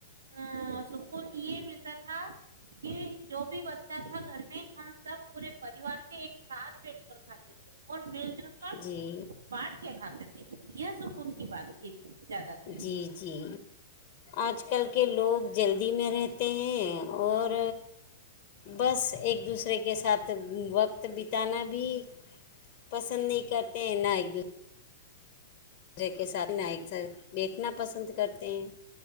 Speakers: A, on the right; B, on the left.
A: ا س یہ ملتا تھا کہ جو بھی بچہ تھا گھر میں ہم سب پورے پریوار کے ایک ساتھ بیٹھ کر کھاتے تھے اور مل جل کر
B: جی
A: بانٹ کے کھاتے یہ سکون کی بات تھی زیادہ تر
B: جی جی آج کل کے لوگ جل میں رہتے ہیں اور بس ایک دوسرے کے ساتھ وقت بتانا بھی پسند نہیں کرتے ہیں نہ ایک دوسرے مرے کے ساتھ ن ایک ساتھ بیٹھنا پسند کرتے ہیں